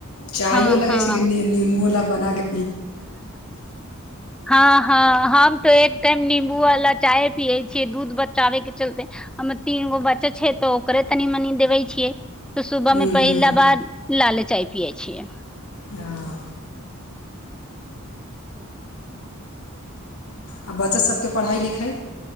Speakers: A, on the left (about 80°); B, in the centre.
A: चायो
B: हँ
A: लगै
B: हँ
A: छैय की नंबू बला बनाके
B: हँ हँ हम तऽ त नमबू वाला चााय पिये छियै दूध बचाबे के चलते हम तीन गो बच्चे छै तऽ ओकरे तनी मनी देवै छियै तऽ सुबहमें
A: हूँ
B: पहिला
A: हूँ
B: बार लाले चाय पियए छिय
A: हँ आ बच्चासभके पढ़ाइ लिखाइ